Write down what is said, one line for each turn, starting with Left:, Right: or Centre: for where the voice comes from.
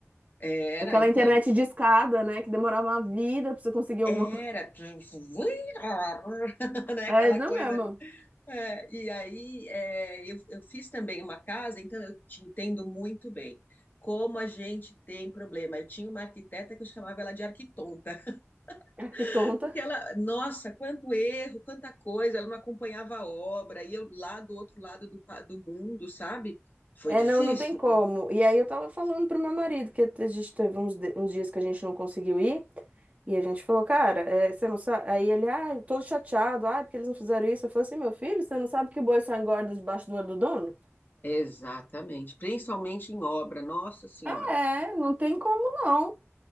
Left: era,
Right: Aquela
Left: então,
Right: internet de escada, né? Que demorava uma vida pra você conseguir alguma
Left: era,
Right: coisa.
Left: <laughs>
Right: <laughs>
Left: né?
Right: É,
Left: Aquela
Right: não
Left: coisa
Right: mesmo.
Left: É, e aí, é, eu, eu fiz também uma casa, então eu te entendo muito bem. Como a gente tem problema. Eu tinha uma arquiteta que eu chamava ela de arquitonta,
Right: Ah, Que tonta.
Left: <laughs> porque ela, nossa, quanto erro, quanta coisa, ela não acompanhava a obra, e eu lá do outro lado do, pa- do mundo, sabe? Foi
Right: É,
Left: difícil.
Right: não, não tem como. E aí eu tava falando pro meu marido que a gente teve uns, de- uns dias que a gente não conseguiu ir. E a gente falou, cara, é, você não sabe. Aí ele, ah, todo chateado, ah, porque eles não fizeram isso. Eu falei assim, meu filho, você não sabe que o boi só engorda debaixo do olho do dono?
Left: Exatamente, principalmente em obra, nossa senhora.
Right: É, não tem como não.